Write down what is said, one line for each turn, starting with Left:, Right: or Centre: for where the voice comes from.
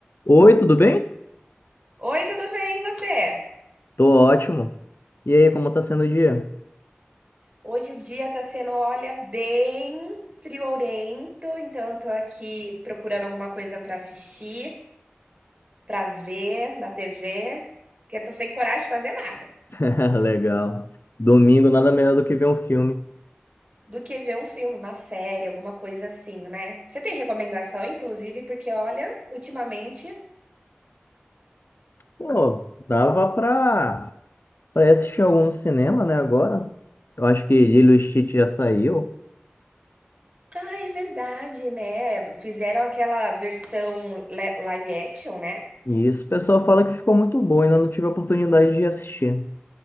Left: Oi, tudo bem?
Right: Oi, tudo bem, e você?
Left: Tô ótimo. E aí, como tá sendo o dia?
Right: Hoje o dia tá sendo, olha, bem friorento, então eu tô aqui procurando alguma coisa pra assistir, pra ver na TV, porque eu tô sem coragem de fazer nada.
Left: <laughs> Legal. Domingo, nada melhor do que ver um filme.
Right: Do que ver um filme, uma série, alguma coisa assim, né? Você tem recomendação, inclusive, porque olha, ultimamente,
Left: Pô, dava pra, pra assistir algum no cinema, né, agora? Eu acho que Lilo e Stitch já saiu.
Right: ah, é verdade, né? Fizeram aquela versão le- live action, né?
Left: E isso, o pessoal fala que ficou muito bom, ainda não tive a oportunidade de assistir.